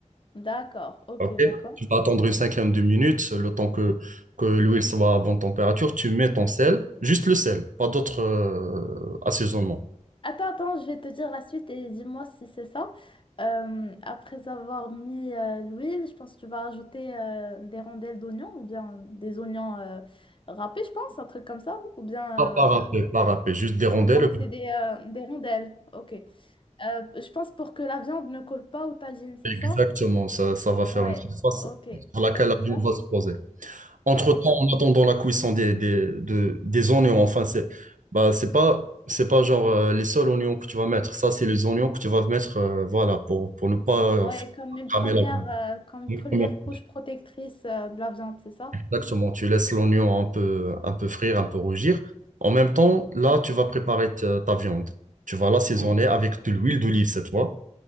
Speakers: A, on the left; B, on the right.
A: D'accord, ok,
B: Ok
A: d'accord.
B: Tu vas attendre une cinquantaine de minutes, le temps que, que l'huile soit à bonne température. Tu mets ton sel, juste le sel, pas d'autres euh, assaisonnements.
A: Attends, attends, je vais te dire la suite et dis-moi si c'est ça. Euh, après avoir mis euh, l'huile, je pense que tu vas ajouter euh, des rondelles d'oignons ou bien des oignons euh, râpés, je pense, un truc comme ça. Ou bien.
B: Pas
A: euh,
B: parapé, parapé, juste des rondelles.
A: Donc, c'est des, euh, des rondelles. Ok. Euh, je pense pour que la viande ne colle pas au tagine, c'est
B: Exactement,
A: ça?
B: ça, ça va faire
A: Ouais.
B: une surface
A: Ok.
B: sur laquelle
A: Ok,
B: la viande
A: top.
B: va se poser. Entre-temps,
A: Ok, top.
B: en attendant la cuisson des, des, de- des oignons, enfin, c'est bah, c'est pas, c'est pas genre euh, les seuls oignons que tu vas mettre. Ça, c'est les oignons que tu vas mettre euh, voilà, pour, pour ne pas
A: Ouais,
B: euh, faire
A: comme une
B: cramer
A: première,
B: la
A: euh, comme
B: viande.
A: une première couche protectrice euh, de la viande, c'est ça?
B: Exactement, tu laisses l'oignon un peu, un peu frire, un peu rougir. En même temps, là, tu vas préparer ta, ta viande. Tu vas l'assaisonner avec de l'huile d'olive cette fois.